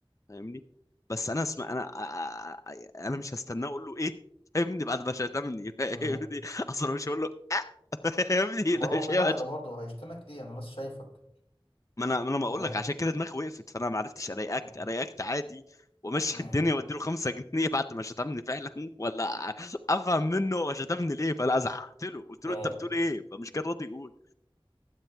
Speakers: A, on the left; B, on the left.
A: فاهمني بس انا اسمع انا آ- انا مش هستناه اقول له ايه فاهمني بعد ما شتمني فاهمني
B: مم.
A: اصلا مش هقول له آه. فاهمني
B: ما
A: لا
B: هو
A: شيء
B: بالعقل برضه هيشتمك ليه انا لسه شايفك
A: ما انا ما انا بقول
B: <laughs> انا هو-
A: لك عشان كده دماغي وقفت فانا ما عرفتش ارياكت
B: مم.
A: ارياكت عادي وامشي
B: مم.
A: <laughs> الدنيا واديله 5 جنيه بعد ما شتمني فعلا <laughs> ولا افهم منه هو شتمني ليه فانا زعقت له قلت له
B: اه
A: انت بتقول ايه فمش كان راضي يقول